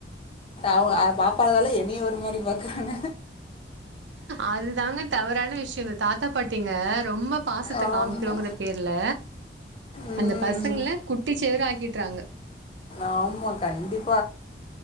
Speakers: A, on the left (about 30°); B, on the right (about 80°).
A: அவ்க பாப்பாதால என்னைய ஒரு மாதிரி பாக்குறாங்க.
B: அதுதாங்க தவறான விஷ்யோந் தாத்தா பாட்டிங்க ரொம்ப பாசத்த
A: ஆமா
B: காமிக்கிறோங்கிற பேர்ல
A: ம்
B: அந்த பசங்களே குட்டி செவுர ஆக்கிட்டுறாங்க.
A: ஆமா கண்டிப்